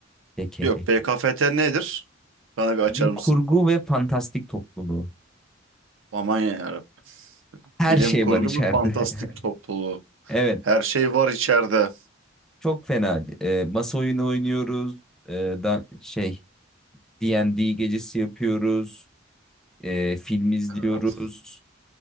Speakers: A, in the centre; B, on the right.
A: BKFT.
B: Yok BKFT nedir? Bana bir açar
A: Bilim
B: mısın?
A: kurgu ve fantastik topluluğu.
B: Aman ya Rabbi.
A: Her
B: Bilim
A: şey
B: kurgu
A: var içeride.
B: bir fantastik
A: <laughs>
B: topluluğu.
A: Evet,
B: Her şey var içeride.
A: çok fena. Ee, masa oyunu oynuyoruz. Ee, da şey D&D gecesi yapıyoruz. Ee, film izliyoruz.
B: Evet.